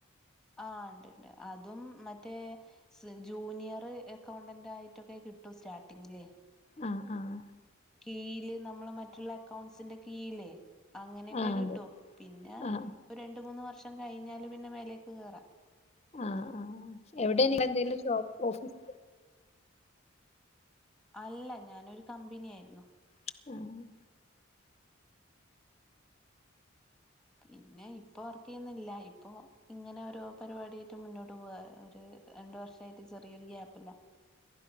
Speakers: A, in the centre; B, on the left (about 30°).
A: ആ ഉണ്ട്ണ്ട് അതും മറ്റേ ജൂനിയർ അക്കൗണ്ടന്റ് ആയിട്ടൊക്കെ കിട്ടും സ്റ്റാർട്ടിങ്ങിലേ
B: ആഹ ആഹ്
A: കീയില് നമ്മള് മറ്റുള്ള അക്കൗണ്ട്സിന്റെ കീല്ലേ അങ്ങനെയൊക്കെ
B: ആ
A: കിട്ടോ
B: അതെ.
A: പിന്നെ
B: ആ
A: ഒരു രണ്ട മൂന്ന് വ ഒരുവർഷം കഴിഞ്ഞാല് പിന്നെ മേലേക്ക് കേയറാം
B: ആഹ ആ എവിടെ എന്തും ഷോപ്പ് ഓഫീസ്
A: അല്ല ഞാനൊരു കമ്പനിയയിരുന്നു
B: ആഹ
A: പിന്നെ ഇപ്പൊ വർക്ക് ചെയ്യുന്നില്ല ഇപ്പൊ ഇങ്ങനെ ഓരോ പരിപാടിായിട്ട് മുന്നോട്ട് പോവാ ഒരു രണ്ടു വർഷമായിട്ട് ചെറിയൊരു ഗ്യാപ്പില്ല